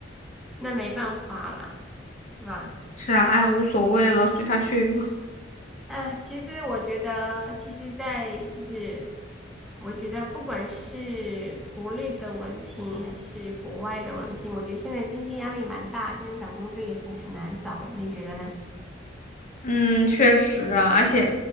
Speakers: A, in the centre; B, on the left.
A: 那没办法啦，是吧？
B: 是啊，哎呀，无所谓了，随他去吧。
A: 哎，其实我觉得，其实，在就是，我觉得不管是国内的文凭还是国外的文凭，我觉得现在经济压力蛮大，现在找工作也是很难找的，你觉得呢？
B: 嗯，确实啊，而且